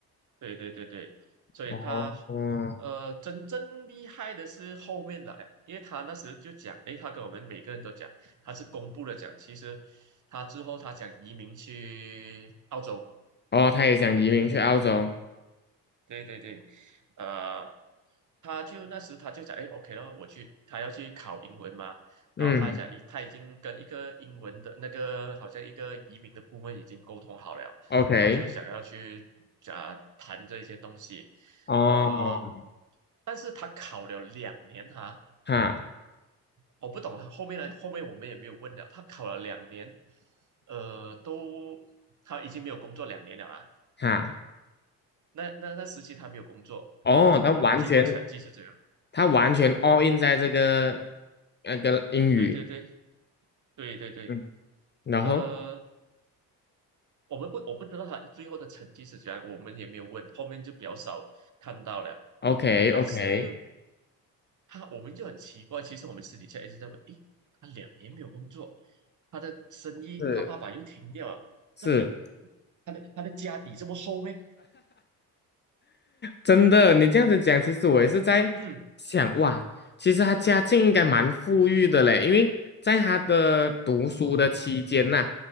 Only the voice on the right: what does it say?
对对对对，所以他
呃真正厉害的是后面来，因为他那时就讲，诶，他跟我们每个人都讲，他是公布了讲，其实他之后他想移民去澳洲。
对对对，呃，他就那时他就讲，哎，OK 咯，我去，他要去考英文嘛，
然后他讲，已他已经跟一个英文的那个好像一个移民的顾问已经沟通好了，
他就想要去讲谈这些东西，
呃，但是他考了两年哈、
我不懂他后面呢，后面我们也没有问了，他考了两年，呃，都他已经没有工作两年了啊，
那那那时期他没有工作，
我不懂他的最后成绩是怎样。
对对对对对对，
呃，我们不我不知道他最后的成绩是怎样，我们也没有问，后面就比较少看到了。
但是
他我们就很奇怪，其实我们私底下一直在问，诶，他两年没有工作，他的生意他爸爸又停掉了，
到底他的他的家底这么厚咩？
嗯